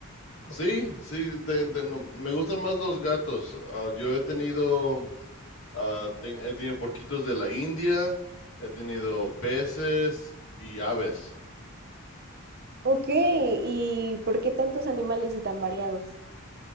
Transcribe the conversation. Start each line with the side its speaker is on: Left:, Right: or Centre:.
Left: Sí, sí, te- te- no, me gustan más los gatos. Ah, yo he tenido, ah, te- he tenido porquitos de la India, he tenido peces y aves.
Right: Ok, ¿y por qué tantos animales y tan variados?